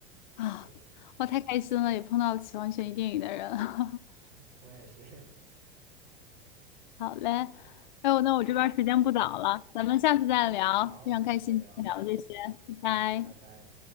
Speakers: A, on the left (about 50°); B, on the right (about 30°).
A: 啊我太开心了，
B: 对，
A: 也碰到喜欢悬疑电影的人。<laughs>
B: 我也是。<laughs>
A: 好嘞，哎呦，那我这边儿时间不早了，咱们下次再聊，
B: 好，我们下次再聊。
A: 非常开心今天聊的这些，
B: 嗯，
A: 拜拜。
B: 拜拜。